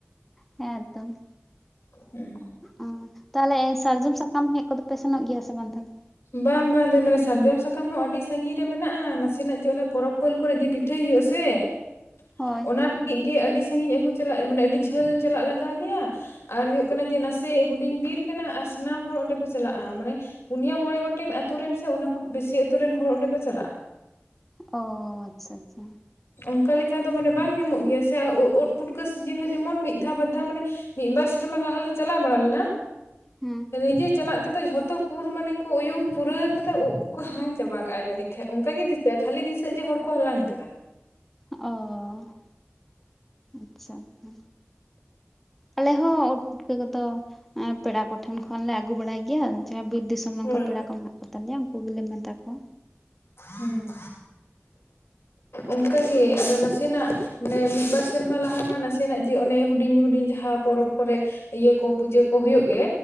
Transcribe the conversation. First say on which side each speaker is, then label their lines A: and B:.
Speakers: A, in the centre; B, on the left (about 65°).
A: ᱦᱮᱸᱛᱚ᱾
B: ᱦᱩᱸ᱾
A: ᱚ, ᱛᱟᱦᱞᱮ ᱥᱟᱨᱡᱚᱢ ᱥᱟᱠᱟᱢ ᱦᱮᱡ ᱠᱚᱫᱚᱯᱮ ᱥᱮᱱᱚᱜ ᱜᱮᱭᱟ ᱥᱮ ᱵᱟᱝ ᱛᱟᱦᱞᱮ?
B: ᱵᱟᱝ ᱵᱟᱝ ᱫᱚ ᱢᱟᱱᱮ ᱥᱟᱨᱡᱚᱢ ᱥᱟᱠᱟᱢ ᱦᱚᱸ ᱟᱹᱰᱤ ᱥᱟᱺᱜᱤᱧ ᱨᱮ ᱢᱮᱱᱟᱜᱼᱟ, ᱱᱟᱥᱮᱱᱟᱜ ᱡᱮ ᱚᱱᱮ ᱯᱚᱨᱚᱵᱽ ᱩᱯᱟᱹᱞ ᱠᱚᱨᱮ ᱡᱮ ᱯᱤᱴᱷᱟᱹᱭ ᱦᱩᱭᱩᱜᱼᱟ ᱥᱮ
A: ᱦᱳᱭ
B: ᱚᱱᱟ ᱞᱟᱹᱜᱤᱫ ᱜᱮ, ᱟᱹᱰᱤ ᱥᱟᱺᱜᱤᱧ ᱟᱹᱜᱩ ᱪᱟᱞᱟᱜ ᱢᱟᱱᱮ ᱟᱹᱰᱤ ᱡᱷᱟᱹᱞ ᱪᱟᱞᱟᱜ ᱞᱟᱜᱟᱣ ᱟᱞᱮᱭᱟ᱾ ᱟᱨ ᱦᱩᱭᱩᱜ ᱠᱟᱱᱟ ᱡᱮ ᱱᱟᱥᱮ ᱦᱩᱰᱤᱧ ᱵᱤᱨ ᱠᱟᱱᱟ ᱟᱨ ᱥᱟᱱᱟᱢ ᱦᱚᱲ ᱚᱸᱰᱮ ᱠᱚ ᱪᱟᱞᱟᱜᱼᱟ᱾ ᱢᱟᱱᱮ ᱯᱩᱱᱭᱟᱟᱹ ᱢᱚᱬᱮ ᱜᱚᱴᱮᱱ ᱟᱛᱩ ᱨᱮᱱ ᱥᱮ ᱚᱱᱟ ᱠᱷᱚᱱ ᱵᱮᱥᱤ ᱟᱛᱩ ᱨᱮᱱ ᱦᱚᱲ ᱚᱸᱰᱮ ᱠᱚ ᱪᱟᱞᱟᱜᱼᱟ᱾
A: ᱚᱻ ᱟᱪᱷᱟ ᱟᱪᱷᱟ᱾
B: ᱚᱱᱠᱟ ᱞᱮᱠᱟ ᱫᱚ ᱢᱟᱱᱮ ᱵᱟᱝ ᱧᱟᱢᱚᱜ ᱜᱮᱭᱟ ᱥᱮ, ᱳ ᱳᱫ ᱯᱩᱴᱠᱟᱹ ᱥᱤᱡᱤᱱ ᱦᱚᱸ ᱡᱮᱢᱚᱱ ᱢᱤᱫ ᱫᱷᱟᱣ ᱵᱟᱨ ᱫᱷᱟᱣ ᱢᱟᱱᱮ ᱢᱤᱫ ᱵᱟᱨ ᱥᱮᱨᱢᱟ ᱞᱟᱦᱟᱞᱮ ᱪᱟᱞᱟᱣ ᱵᱟᱲᱟ ᱞᱮᱱᱟ᱾
A: ᱦᱮᱸ
B: ᱱᱤᱡᱮ ᱪᱟᱞᱟᱜ ᱛᱮᱫᱚ ᱡᱷᱚᱛᱚ ᱠᱩᱨ ᱢᱟᱱᱮ ᱠᱚ ᱩᱭᱩᱢ ᱯᱩᱨᱟᱹᱣ ᱠᱟᱫᱟ ᱳᱫ ᱠᱚᱠᱚ ᱦᱟᱞᱟᱝ ᱪᱟᱵᱟ᱾ ᱠᱟᱜᱼᱟ ᱡᱟᱹᱱᱤᱡ ᱠᱷᱟᱱ, ᱚᱱᱠᱟ ᱜᱮ ᱫᱤᱥᱟᱹᱜᱼᱟ ᱠᱷᱟᱹᱞᱤ ᱫᱤᱥᱟᱹᱜᱼᱟ ᱡᱮ ᱦᱚᱲ ᱠᱚ ᱦᱟᱞᱟᱝ ᱠᱟᱫᱟ᱾
A: ᱚ ᱟᱪᱷᱟ ᱟᱪᱷᱟ ᱟᱞᱮ ᱦᱚ ᱩᱫ ᱯᱩᱴᱠᱟᱹ ᱠᱚᱫᱚ ᱯᱮᱲᱟ ᱠᱚᱴᱷᱮᱱ ᱠᱷᱚᱱᱞᱮ ᱟᱹᱜᱩ ᱵᱟᱲᱟᱭ ᱜᱮᱭᱟ ᱡᱟᱷᱟ ᱵᱤᱨ ᱫᱤᱥᱚᱢ᱾ ᱚᱱᱮ ᱚᱱᱠᱟ
B: ᱦᱳᱭ
A: ᱯᱮᱲᱟ ᱠᱚ ᱢᱮᱱᱟᱜ ᱠᱚ ᱛᱟᱞᱮᱭᱟ ᱩᱱᱠᱩ ᱜᱮ ᱢᱮᱛᱟ ᱠᱚᱣᱟ᱾
B: ᱦᱩᱸ ᱚᱱᱠᱟᱜᱮ ᱟᱫᱚ ᱱᱟᱥᱮᱱᱟᱜ ᱢᱟᱱᱮ ᱢᱤᱫᱵᱟᱨ ᱥᱮᱨᱢᱟ ᱞᱟᱦᱟ ᱢᱟ ᱱᱟᱥᱮᱱᱟᱜ ᱡᱮ ᱚᱱᱮ ᱦᱩᱰᱤᱧ ᱦᱩᱰᱤᱧ ᱡᱟᱦᱟᱸ ᱯᱚᱨᱚᱵᱽ ᱠᱚᱨᱮ ᱤᱭᱟᱹ ᱠᱚ ᱯᱩᱡᱟᱹ ᱠᱚ ᱦᱩᱭᱩᱜ ᱜᱮ